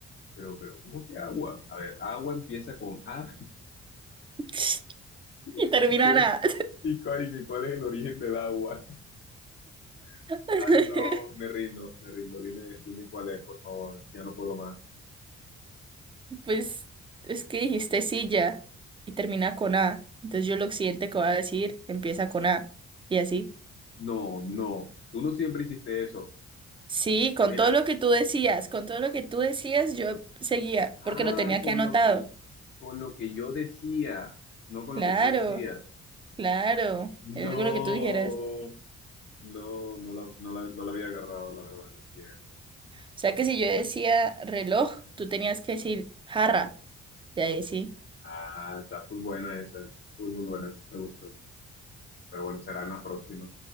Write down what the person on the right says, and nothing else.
<laughs> y
terminará.
<laughs>
Pues es que dijiste silla y termina con A. Entonces yo lo siguiente que voy a decir empieza con A. Y así.
Sí, con
todo lo que tú decías, con todo lo que tú decías, yo seguía,
porque lo tenía
que anotado.
Claro,
claro,
es lo que tú dijeras.
O sea que si yo decía reloj, tú tenías que decir jarra. Y ahí sí.